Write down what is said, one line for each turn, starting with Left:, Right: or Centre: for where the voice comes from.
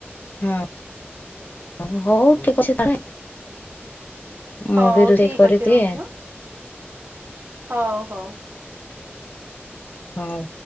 Left: ହୁଁ, ହଉ ଠିକ୍ ଅଛି ତାହେଲେ। ମୁଁ
Right: ହଉ
Left: ବି ରୋଷେଇ
Right: ଠିକ
Left: କରିଦିଏ
Right: ଅଛି ରହୁଛି ହଁ। ହଉ ହଉ।
Left: ହଉ।